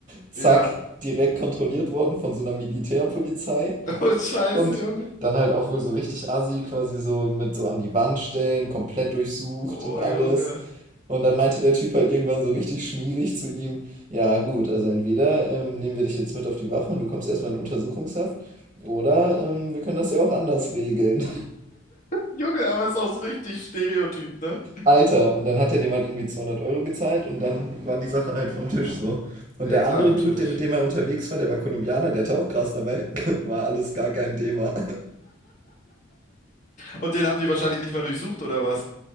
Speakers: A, on the right; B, on the left.
A: zack,
B: ja.
A: direkt kontrolliert worden von so einer Militärpolizei.
B: <laughs> Oh, scheiße,
A: Und
B: Junge.
A: dann halt auch wohl so richtig assi, quasi so mit so an die Wand stellen, komplett durchsucht
B: Oh,
A: und alles.
B: Junge.
A: Und dann meinte der Typ halt irgendwann so richtig schmierig zu ihm, ja gut, also entweder ähm, nehmen wir dich jetzt mit auf die Wache und du kommst erstmal in Untersuchungshaft, oder ähm, wir können das ja auch anders regeln.
B: Junge, aber ist auch so richtig Stereotyp, ne?
A: Alter, und dann hat er dem halt irgendwie 200 Euro gezahlt und dann war die Sache halt vom Tisch so. Und
B: Ja,
A: der
B: klar,
A: andere
B: natürlich.
A: Dude, der- mit dem er unterwegs war, der war Kolumbianer, der hatte auch Gras dabei, <laughs> war alles gar kein Thema.
B: Und den haben die wahrscheinlich nicht mal durchsucht, oder was?